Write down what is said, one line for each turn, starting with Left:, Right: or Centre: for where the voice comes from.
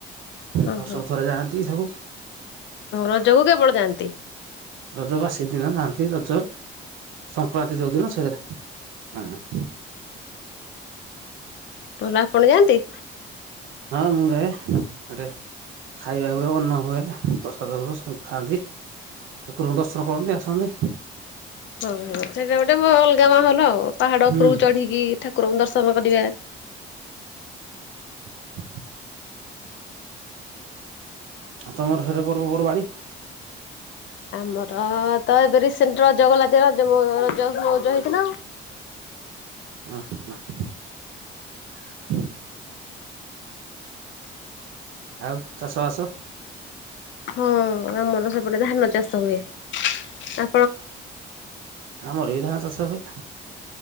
Left: ଓହୋ
Right: ବର୍ଷକୁ ଥରେ ଯାଆନ୍ତି ସବୁ
Left: ରଜକୁ କେବଳ ଯାଆନ୍ତି?
Right: ରଜ ବାସି ଦିନ ଯାଆନ୍ତି ରଜ ସଂକ୍ରାନ୍ତି ଯୋଉ ଦିନ ସେଦିନ ହଁ।
Left: ଟୋଲ୍ ଆପଣ ଯାଆନ୍ତି?
Right: ହଁ ମୁଁ ଯାଏ ଏଠେ ଖାଇବା ହୁଏ ଅନ୍ନ ହୁଏ ପ୍ରସାଦ ହୁଏ ସମତେ ଖାଆନ୍ତି। ଠାକୁରଙ୍କୁ ଦର୍ଶନ କରନ୍ତି ଆସନ୍ତି।
Left: ଓହୋ ସେଇଟା ଗୋଟେ ମହଲ୍ ଗାଁ ମହଲ ଆଉ ପାହାଡ
Right: ହୁଁ
Left: ଉପରକୁ ଚଢିକି ଠାକୁରଙ୍କୁ ଦର୍ଶନ କରିବା।
Right: ହ ଆଉ ତମର ହେରେ ପର୍ବପର୍ବାଣୀ?
Left: ଆମର ତ ଏବେ ରିସେଣ୍ଟେ ରଜ ଗଲା ଯେ ରଜ ମୋ ରଜ ମୋଉଜ ହେଇଥିଲା ଆଉ।
Right: ଉଁ ହୁଁ <unintelligible> ଆଉ ଚାଷ ବାସ?
Left: ହଁ ଆମର ସେପଟେ ଧାନ ଚାଷ ହୁଏ ଆ
Right: ଆମର ବି ଧାନ ଚାଷ ହୁଏ।